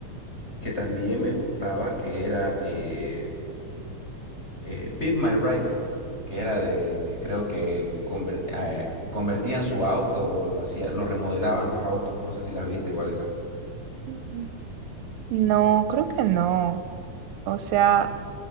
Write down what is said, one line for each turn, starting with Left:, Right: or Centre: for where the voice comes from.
Left: que también me gustaba, que era eh, eh, Pimp My Ride, que era de que creo que conver- eh, convertían su auto, lo hacía, lo remodelaban los autos, no sé si las viste igual esa.
Right: Ujú. No, creo que no. O sea,